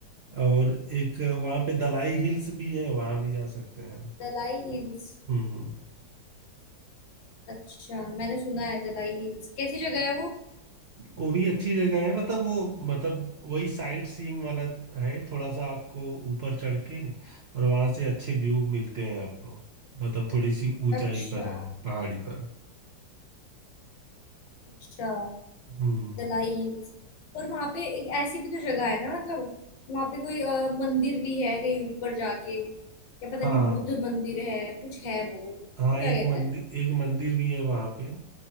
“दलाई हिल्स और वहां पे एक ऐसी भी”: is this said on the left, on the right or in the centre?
Left